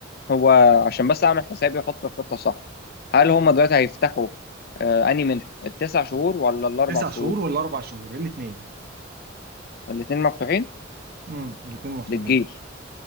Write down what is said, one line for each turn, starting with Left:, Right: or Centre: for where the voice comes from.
Left: هو عشان بس اعمل حسابي احط الخطه صح هل هم دلوقتي هيفتحوا آه اني منها التسع شهور ولا الاربع
Right: تسع
Left: شهور
Right: شهور ولا اربع شهور الاثنين
Left: الاثنين مفتوحين
Right: امم الاثنين مفتوحين
Left: للجيش